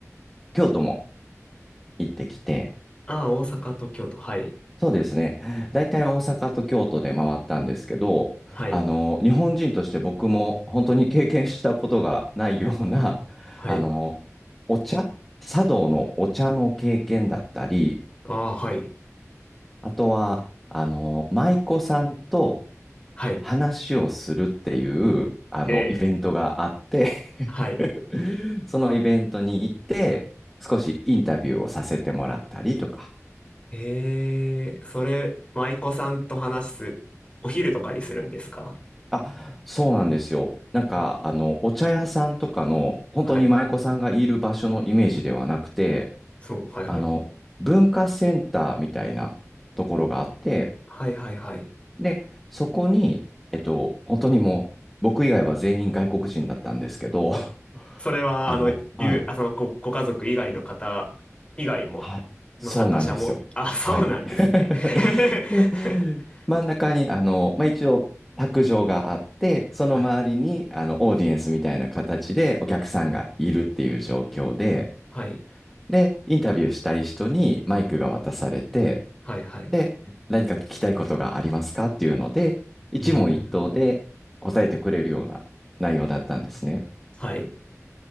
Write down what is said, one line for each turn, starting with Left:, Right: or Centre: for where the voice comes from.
Centre: 京都も行ってきて、
Left: あー、大阪と京都。はい。
Centre: そうですね。大体大阪と京都で回ったんですけど、
Left: はい。
Centre: あの、日本人として僕も本当に経験したことがないような、
Left: はい。
Centre: あの、お茶、茶道のお茶の経験だったり、
Left: あー、はい。
Centre: あとは、あの、舞妓さんと、
Left: はい。
Centre: 話をするっていう、あの、
Left: え
Centre: イベントがあって
Left: ーはい。
Centre: <laughs> そのイベントに行って、少しインタビューをさせてもらったりとか。
Left: えー、それ、舞妓さんと話す、お昼とかにするんですか
Centre: あ、そうなんですよ。なんか、
Left: お
Centre: あの、お茶屋さんとかの、本当に舞妓さんがいる場所のイメージではなくて、
Left: はい。そう、はいはい。
Centre: あの、文化センターみたいなところがあって、
Left: はいはいはい。
Centre: で、そこに、えっと、本当にもう、僕以外は全員外国人だったんですけど、<laughs>
Left: それは、
Centre: あの、
Left: あの、ゆう、
Centre: はい
Left: あ、その、ご、ご家族以外の方以外も、
Centre: はい。
Left: の参加者も、
Centre: そうなんですよ。
Left: あ、<laughs> そうなんですね。
Centre: はい。<laughs>
Left: <laughs>
Centre: で、真ん中に、あの、まあ、一応、卓上があって、その周りに、
Left: はい。
Centre: あの、オーディエンスみたいな形でお客さんがいるっていう状況で、
Left: はい。
Centre: で、インタビューしたい人にマイクが渡されて、
Left: はいはい。
Centre: で、何か聞きたいことがありますかっていうので、一問一答で答えてくれるような内容だったんですね。
Left: うーん。はい。